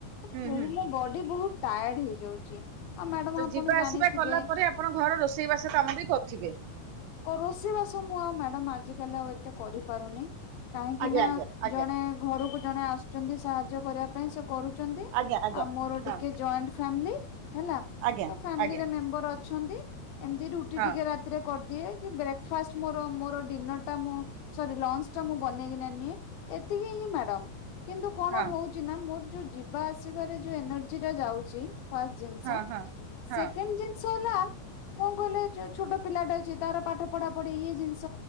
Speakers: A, on the left (about 70°); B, on the right (about 90°).
A: ତ
B: ହୁଁ
A: ଭୁଲ୍
B: ହୁଁ
A: ରେ ବଡ଼ି ବୋହୁତ ତାୟାଡ ହେଇଯାଉଛି ଆ ମ୍ୟାଡ଼ାମ
B: ତ
A: ଆପଣ
B: ଯିବା
A: ଜାଣିଥିବେ।
B: ଆସିବା କଲା ପରେ ଆପଣ ଘର ରୋଷେଇବାସ କାମ ବି କରୁଥିବେ।
A: ରୋଶେଇ ବାସ ମୁ ଆଉ ମ୍ୟ ମା ଆଜି କାଲି ଆଉ ଏତେ ତ କରିପାରୁନି କାହିଁକି
B: ଆଜ୍ଞା
A: ନା
B: ଆଜ୍ଞା
A: ଜଣେ ଘରକୁ ଜଣେ ଆସୁଛନ୍ତି ସାହାଯ୍ୟ କରିବା ପାଇଁ ସେ କରୁ ଛନ୍ତି
B: ଆଜ୍ଞା ଆଜ୍ଞା ଆଜ୍ଞା
A: ଆଉ ମୋର
B: ହଁ
A: ଟିକେ ଜଏଣ୍ଟ ଫାମିଲି। ହେଲା
B: ଆଜ୍ଞା
A: ତୋ ଫ୍ୟାମିଲିରେ
B: ଆଜ୍ଞା
A: ମେମ୍ବର ଅ ଅଛନ୍ତି। ଏମତି ରୁଟି
B: ହଁ
A: ଟିକେ ରାତିରେ କରିଦିଏ କି ବ୍ରେକଫାଷ୍ଟ ମୋର ମୋର ଡିନର ଟା ମୁଁ ସରି ଲଞ୍ଚ ଟା ମୁଁ ବନେଇ କିନା ନିଏ। ଏତିକି ହିଁ ମ୍ୟାଡାମ କିନ୍ତୁ କଣ
B: ହଁ
A: ହଉଛି ନା ମୋର ଯୋଉ ଯିବା ଆସିବାରେ ଯୋଉ ଏନର୍ଜି ଟା ଯାଉଚି ଫାଷ୍ଟ ଜିନିଷ
B: ହଁ ହଁ ହଁ
A: ସେକେଣ୍ଡ ଜିନିଷ ଷ ହେଲା କଣ କହିଲେ ଯୋଉ ଛୋଟ ପିଲାଟେ ଅଛି ତାର ପାଠ ପଢା ପଢି ଇଏ ଜିନିଷ